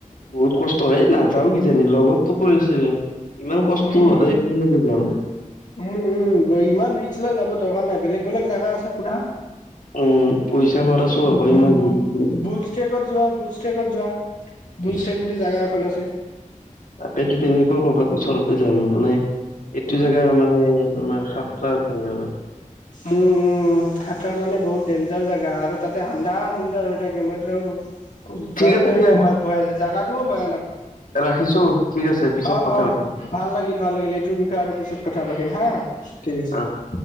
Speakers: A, on the left; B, on the left.
A: বহুত কষ্ট হয়, নাযাও কিজানি লগতো কৰিছে ইমান কষ্ট
B: উম
A: সদায় এনেকে যাম।
B: উম উম, ইমান ৰিক্স লৈ যাব দৰকাৰ নাই বেলেগ বেলেগ জেগা আছে ফুৰা।
A: উম পইচা। খৰচো
B: বু
A: হ'ব
B: বু
A: ইমান
B: বু
A: ৰিক্স লৈ।
B: বুলষ্টেকত যোৱা বুলষ্টেকত যোৱা। বুলষ্টেক বুলি জেগা এখন আছে।
A: তাকতেতো তেনেকুৱা কৰবাত ওচৰতে যাম মানে এইটো জেগা মানে তোমাৰ সাতটা আছে সিহঁত।
B: মো খাতৰা মানে বহুত। ডেঞ্জাৰ জেগা, আৰু তাতে আন্ধাৰ মুন্ধাৰ হৈ থাকে মইটোৰো
A: ঠিক
B: বাৰ্গে
A: আছে দিয়া
B: ভয় ভয় জাগাটোও ভয়ানক।
A: ৰাখিছো ঠিক আছে পিছত
B: অ',
A: কথা
B: অ',
A: পাতিম
B: ভাল লাগিল -ভাল লাগিল এইটোৰ বিষয়ে আৰু পিছত কথা পাতিম হা ঠিক আছে।
A: অ